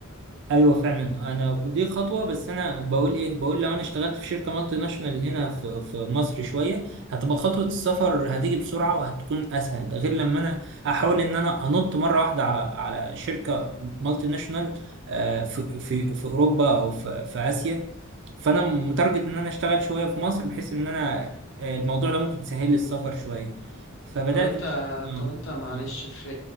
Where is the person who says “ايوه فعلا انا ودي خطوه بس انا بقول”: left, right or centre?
Right